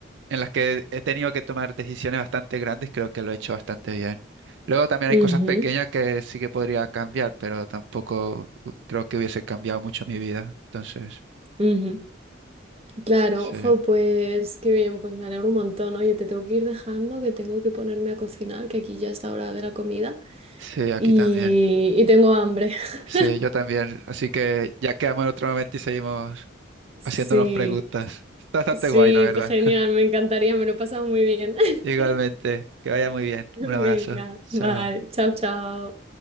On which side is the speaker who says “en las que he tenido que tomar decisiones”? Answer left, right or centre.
Right